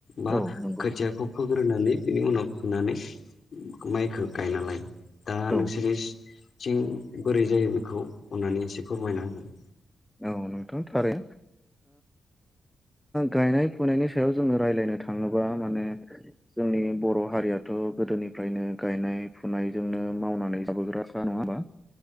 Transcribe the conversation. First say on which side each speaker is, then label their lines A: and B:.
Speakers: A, on the left; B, in the centre.
A: बा
B: औ नंगौ
A: खोथियाखौ फो ग्रोनानै बिनि उनाव फुनानै माइखौ गायना लायो। दा
B: औ
A: नोंसोरनिथिं बोरै जायो बेखौ अननानै एसे फोरमायना होदो,
B: औ नोंथां थारै गायनाय फुनायनि सायाव जोङो रायज्लायनो थाङोबा माने जोंनि बर' हारियाथ' गोदोनिफ्रायनो गायनाय फुनायजोंनो मावनानै जाबोग्राखा नङा होमबा?